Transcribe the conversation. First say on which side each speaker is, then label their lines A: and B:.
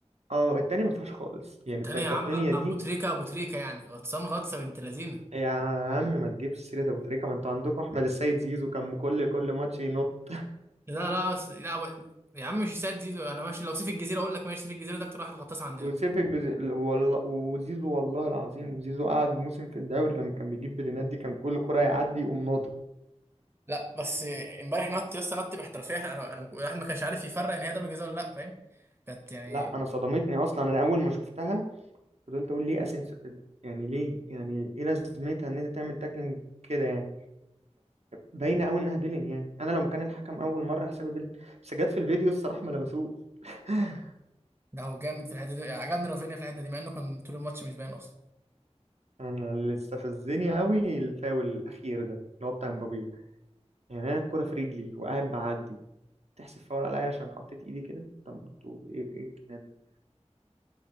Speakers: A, on the right; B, on the right.
A: اه التانية ما فيهاش خالص
B: التانية
A: يعني بتاعت
B: يا عم
A: رافينيا
B: أ-
A: دي
B: ابو تريكه ابو تريكه يعني غطسان غطسه بنت لذينه
A: يا عم ما تجيبش سيرة ابو تريكة ما انتوا عندكم احمد السيد زيزو كان كل كل ماتش ينط
B: لا لا س- لا أبو- يا عم مش ساد دي ده انا ماشي لو سيف الجزيره اقول لك ماشي سيف الجزيره ده اكتر واحد غطاس
A: <laughs>
B: عندنا
A: وسيف الجز- والله وزيزو والله العظيم زيزو قعد موسم في الدوري لما كان بيجيب بلينات دي كان كل كرة يعدي يقوم ناطط
B: لا بس امبارح نط يا اسطى نط باحترافيه انا انا الواحد ما كانش عارف يفرق ان هي ضربه جزاء ولا لا فاهم كانت يعني
A: لا انا صدمتني اصلا انا اول ما شفتها فضلت اقول ليه اسينسيو كده يعني ليه يعني ايه لازمتها ان انت تعمل تاكلينج كده يعني فباينه قوي انها بيلين يعني انا لو مكان الحكم اول مره هحسبها بيلين بس جت في الفيديو الصراحه ما لمسوش <laughs>
B: ده هو جامد في الحته دي عجبني رافينيا في الحته دي مع انه كان طول الماتش مش باين اصلا
A: انا اللي استفزني قوي الفاول الاخير ده اللي هو بتاع مبابي ده يعني انا الكرة في رجلي وقاعد بعدي تحسب فاول عليا عشان حطيت ايدي كده طب انتوا ايه ايه الجنان ده